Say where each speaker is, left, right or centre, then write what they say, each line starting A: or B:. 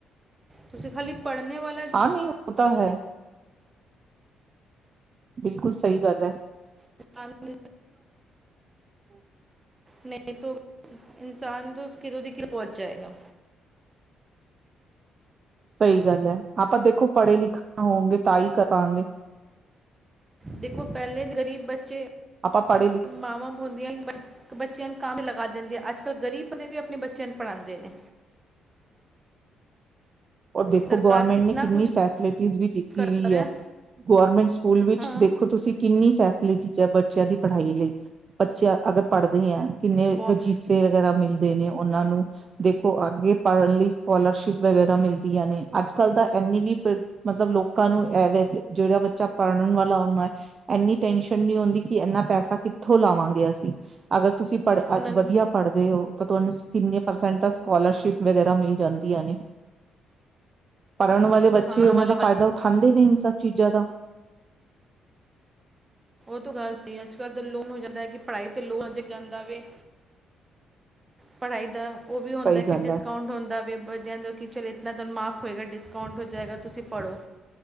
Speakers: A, on the right; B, on the right.
A: ਤੁਸੀਂ ਹਾਲੇ ਪੜ੍ਹਨੇ ਵਾਲੇ
B: ਹਾਂ ਨਹੀਂ ਹੋਤਾ ਹੈ। ਬਿਲਕੁਲ ਸਹੀ ਗੱਲ ਹੈ।
A: <unintelligible> ਨਹੀਂ ਤੋਂ। ਇਨਸਾਨ ਤੋਂ ਕਿਦੋਂ ਦੀ ਕਿ ਪਹੁੰਚ ਜਾਏਗਾ।
B: ਸਹੀ ਗੱਲ ਐ ਆਪਾਂ ਦੇਖੋ ਪੜ੍ਹੇ - ਲਿਖੇ ਹੋਗੇ ਤਾਂ ਹੀ ਕਰਵਗੇ।
A: ਦੇਖੋ ਪਹਿਲੇ ਦੇ ਗ਼ਰੀਬ ਬੱਚੇ
B: ਆਪਾਂ <unintelligible>
A: ਮਾਵਾਂ ਬ ਹੁੰਦੀਆਂ ਹੀ ਬੱਚਿਆਂ ਨੂੰ ਕਾਂ ਲਗਾ ਦਿੰਦੇ ਆ ਅੱਜ - ਕੱਲ੍ਹ ਗਰੀਬ ਬੰਦੇ ਵੀ ਆਪਣੇ ਬੱਚਿਆਂ ਨੂੰ ਪੜ੍ਹਾਦੇ ਨੇ।
B: ਰ ਦੇਖੋ
A: ਸਰਕਾਰ
B: ਗਵਰਮੈਂਟ
A: ਕਿਤਨਾ
B: ਨੇ ਕਿੰਨੀ
A: ਕੁਛ
B: ਫੈਸਿਲਿਟੀਜ ਵੀ ਦਿੱਤੀ
A: ਕਰਦਾ
B: ਵੀਈ
A: ਪਿਆ
B: ਐ। ਗੌਰਮੈਂਟ ਸਕੂਲ ਵਿੱਚ
A: ਹਾਂ
B: ਦੇਖੋ ਤੁਸੀਂ ਕਿੰਨੀ ਫੈਸਿਲਿਟੀ ਹੈ ਬੱਚਿਆਂ ਦੀ ਪੜ੍ਹਾਈ ਲਈ ਬੱਚਿਆਂ ਅਗਰ ਪੜ੍ਹਦੇ ਹੈ ਕਿੰਨੇ
A: ਬਹੁਤ
B: ਵ ਵਗੈਰਾ ਮਿਲਦੇ ਨੇ ਉਹਨਾਂ ਨੂੰ ਦੇਖੋ ਅੱਗੇ ਪੜ੍ਹਨ ਲਈ ਸਕੋਲਰਸ਼ਿਪ ਵਗੈਰਾ ਮਿਲ ਨੇ ਅੱਜ ਕੱਲ ਤਾਂ ਇੰਨੀ ਵੀ ਪ ਮਤਲਬ ਲੋਕਾਂ ਨੂੰ ਇਹਵੇ ਜਿਹੜਾ ਬੱਚਾ ਪੜ੍ਹਨ ਵਾਲਾ ਹਦਾ ਹੈ। ਇੰਨੀ ਟੈਸ਼ਨ ਨਹੀਂ ਹੁੰਦੀ ਕਿ ਇਨਾ ਪੈਸਾ ਕਿੱਥੋਂ ਲਾਵਾਂਗੇ ਅਸੀਂ ਅਗਰ ਤੁਸੀਂ ਪੜ
A: ਉਹਨਾਂ ਨੂੰ
B: ਵਧੀਆ ਪੜ੍ਹਦੇ ਹੋ ਤਾਂ ਤੁਹਾਨੂੰ ਕਿਨੇਸਟ ਸਕਲਰਸ਼ਿ ਵਗੈਰਾ ਮਿਲ ਜਾਂਦੀ ਐ। ਪੜ੍ਹਨ ਵਾਲੇ
A: ਅੱਜ
B: ਬੱਚੇ
A: ਕੱਲ੍ਹ ਹਾਂ
B: ਉਹਨਾਂ ਦਾ ਫਾਇਦਾ ਉਠਾਉਂਦੇ ਨੇ ਇਹ ਸ ਚੀਜ਼ਾਂ ਦਾ।
A: ਉਹ ਤੋਂ ਗੱਲ ਸੀ ਅੱਜ ਕੱਲ੍ਹ ਦਾ ਲੋਨ ਹੋ ਜਾਂਦਾ ਹੈ ਕਿ ਪੜ੍ਹਾਈ ਲੋਨ ਅਜ ਜਾਂਦਾ ਵੇ ਪੜ੍ਹਾਈ ਦਾ ਉਹ ਵੀ ਹੁੰਦਾ
B: ਸਹੀ
A: ਕਿ
B: ਗੱਲ
A: ਡਿਸਕਾਊਂਟ
B: ਹੈ
A: ਹੁੰਦਾ ਵ ਵਦਿਆਂ ਦਾ ਕਿ ਚੱਲ ਇਤਨਾ ਤੁਹਾਨੂੰ ਮਾਫ਼ ਹੋਏਗਾ ਡਿਸਕਾਊਂਟ ਹੋ ਜਾਏਗਾ ਤੁਸੀਂ ਪੜ੍ਹੋ।